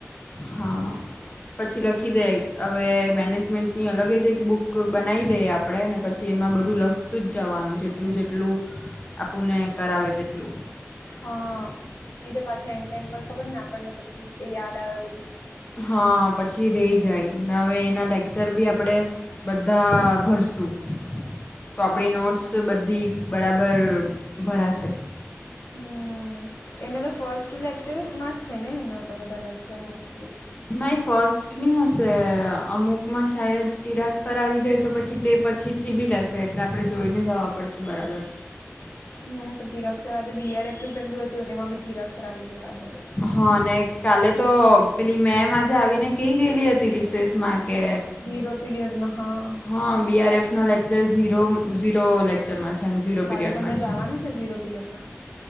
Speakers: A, on the left; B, on the left.
A: હા પછી લખી દે હવે મેનેજમેન્ટ, ની અલગ જ એક બુક બનાવી દઈએ આપણે ને પછી એમાં બધું લખતું જ જવાનું જેટલું જેટલું, પેલું આપણે કરાવે તેટલું.
B: હા નહિ તો પાછા એન્ડ ટાઈમ પર ખબર ને આપણને પછી એ યાદ આવે બધું,
A: હા પછી રહી જાય ને હવે એના લેક્ચર બી આપણે, બધા ભરસું. તો આપણી
B: પાક્કું
A: નોટ્સ બધી બરાબર ભરાશે.
B: હમ્મ. એને તો ફર્સ્ટ લેક્ચરમાં જ છે ને એના તો બધા લેક્ચર મોસ્ટલી.
A: નહી ફર્સ્ટ નહિ હશે અમુકમાં શાયદ ચિરાગ સર આવી જાય, તો પછી તે પછીથી બી લેશે એટલે આપણે જોઈને જવા પડશે બરાબર.
B: હમ પણ ચિરાગ સર આજે બીઆરએફ નું પેહલું હતું તેમાં બી ચિરાગ સર આવી ગયા આજે.
A: હા અને કાલે તો પેલી મેમ આજે આવીને કહી ગયેલી હતી રિસેસમાં, કે
B: ઝીરો પીરીયડમાં હા.
A: હા બીઆર એફ નો લેક્ચર ઝીરો લેક્ર, ચરમાં છે એમ ઝીરો
B: તો
A: પીરિયડમાં
B: કાલે તમે
A: છે.
B: જવાના ઝીરો પીરિયડમાં